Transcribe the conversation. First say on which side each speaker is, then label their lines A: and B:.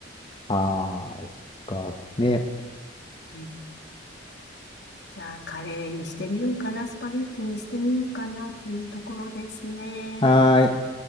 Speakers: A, on the left (about 25°); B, on the left (about 60°).
A: はーい。そっか。ね。
B: うん。じゃあカレーにしてみようかな、スパゲッティにしてみようかなっていうところですね。
A: はーい。